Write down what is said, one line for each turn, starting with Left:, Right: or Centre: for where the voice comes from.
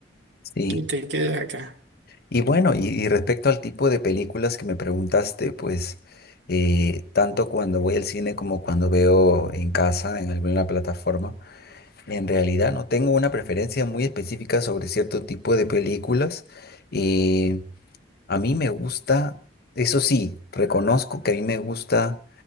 Left: sí.
Right: y te quedas acá.
Left: Y bueno, y, y respecto al tipo de películas que me preguntaste, pues eh, tanto cuando voy al cine como cuando veo en casa, en alguna plataforma, en realidad no tengo una preferencia muy específica sobre cierto tipo de películas. Eh, A mí me gusta, eso sí, reconozco que a mí me gusta,